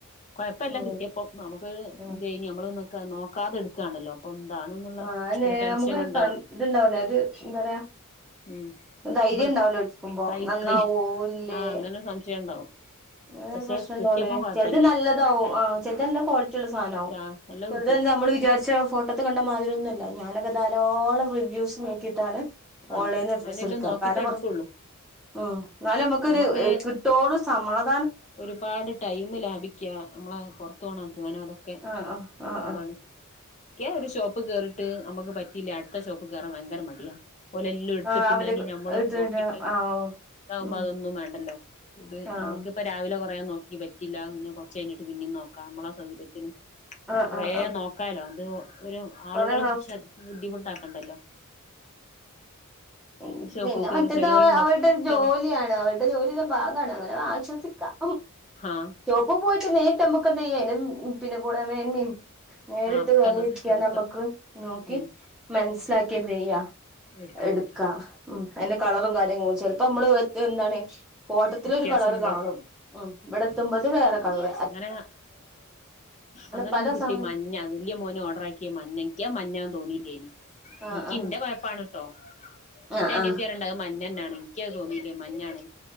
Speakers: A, on the left; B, in the centre.
A: കൊഴപ്പല്ല
B: ഉം
A: കിട്ടിയപ്പൊ നമുക്കൊരു
B: ഉം
A: ഞമ്മളൊന്നെക്കെ നോക്കാതെടുക്കാണല്ലോ എന്താണെന്നുള്ള
B: ആഹ് അല്ലെ
A: ഒരു ടെൻഷൻ
B: നമുക്ക്
A: ഉണ്ടാവും
B: ഇതുണ്ടാവൂലേ ഇത് എന്താ പറയാ
A: ഉം
B: ധൈര്യം
A: നമ്മള്
B: ഉണ്ടാവൂലോ എടുക്കുമ്പോ
A: കൈ
B: നന്നാവോ
A: കൈഹ്
B: ഇല്ലേ
A: ആഹ് അങ്ങനെ ഒരു സംശയം ഉണ്ടാവും
B: അങ്ങനെ
A: പക്ഷെ
B: ഒരു പ്രശ്നംണ്ടോല്ലേ
A: കിട്ടിയപ്പം കൊഴപ്പല്ല
B: ചെലത് നല്ലതാവും ആ ചെലിത് നല്ല ക്വാളിറ്റി ഉള്ള സാധനാവും
A: ചാ നല്ല
B: ചെലത്
A: കിട്ടും
B: നമ്മള് വിചാരിച്ച ഫോ ട്ടത്ത് കണ്ട മാതിരി ഒന്നുല്ല ഞാനൊക്കെ ധാരാളം റിവ്യൂസ് നോക്കിയിട്ടാണ്
A: ആഹ്
B: ഓൺലൈന്ന് ഡ്രസ്
A: ഞാനെല്ലാം
B: എടുക്കുക
A: നോക്കിട്ടേ
B: കാരണം
A: എടുക്കുള്ളൂ
B: കൊറച്ച് ഉം എന്നാലും നമുക്കൊരു
A: നമ്മുക്ക്
B: കിട്ടോള് സമാദ
A: ഒരുപാട് ടൈം ലാഭിക്കാ നമ്മള് പൊ റത്തോണം അധ്വാനം അതൊക്കെ
B: ആഹ് ആഹ് ആഹ്
A: ലാഭമാണ്
B: ആഹ്
A: ക്കേ ഒരു ഷോപ്പ് കേറിട്ട് നമുക്ക് പറ്റിയില്ലേ അടുത്ത ഷോപ്പ് കേറാൻ ഭയങ്കര മടിയാ ഓലെല്ലാം എടുത്തിട്ടുംങ്ങാനി
B: ആഹ് അവര്
A: നമ്മളും
B: എടുത്തിട്ട്
A: നോക്കീട്ട്
B: ആഹ് ഉം
A: പ്പ അതൊന്നും വേണ്ടല്ലോ ഇത് ന
B: ആഹ്
A: മ്മക്ക് ഇപ്പൊ രാവിലെ കുറയാ നോക്കി പറ്റില്ല പിന്ന കുറച്ച് കഴിഞ്ഞിട്ട് പിന്നും നോക്കാം നമ്മളെ സൗകര്യത്തിന്
B: ആഹ്
A: കൊറേ
B: ആഹ് ആഹ്
A: നോക്കാലോ അത് ഒരു ആളുകളെ
B: കൊറേ
A: പക്ഷെ ബുദ്ധിമുട്ടാക്കണ്ടല്ലോ
B: ഉ
A: ഒരു ഷോപ്പ്
B: പിന്നെ
A: കേറി
B: മറ്റേത്
A: ചെലോലുണ്ട്
B: അവ അവരുടെ
A: ഒക്കെ
B: ഒരു ജോലിയാണ് അവരു ജോലിടേ ഭാഗാണ് അങ്ങനെ ആശ്വസിക്കാം.
A: ആഹ്
B: ഷോപ്പിൽ പോയിട്ട് നേരിട്ട് നമ്മുക്ക്‌ എന്ത് ചെയ്യാൻ പിന്നെ <unintelligible> ന്നെരിട്ട്
A: ആഹ് ഒക്കെ
B: വേലയിരുത്തിയാ
A: നോക്കിട്ട് എടുക്കാം
B: ന്നമ്മക്ക് നോക്കി
A: ഉം
B: മനസ്സിലാക്കി എന്ത് ചെയ്യുക
A: എടുക്കാൻ
B: എടുക്കുക
A: പറ്റും
B: ഉം അതിന്റെ കളറും കാര്യങ്ങളും ചിലപ്പോ നമ്മള് ഇതെന്താണ് ഫോട്ടത്തില്
A: വ്യത്യാസം
B: ഒരു കളറ്
A: ഉണ്ടാവും
B: കാണും ആഹ് ഇവടെ എത്തുമ്പോ അത് വേറെ കളർ
A: അങ്ങനെ അങ്ങനെ
B: പല
A: ഒന്ന് കിട്ടി
B: സാധനം
A: മഞ്ഞ വല്യ മോന് ഓർഡറാക്കിയ മഞ്ഞ ഇക്ക്യ അത് മഞ്ഞാന്ന് തോന്നീല്ലേനി
B: ആ
A: ഇൻക്കി
B: ആ
A: ഇന്റെ കൊഴപ്പാണ് ട്ടോ?
B: ആ
A: ന്റെ അനിയത്തിറിണ്ടഅ്‌
B: ആ
A: മഞ്ഞന്നാണ് ഇൻക്യഅ്‌ തോന്നിയില്ലേ മഞ്ഞാണ്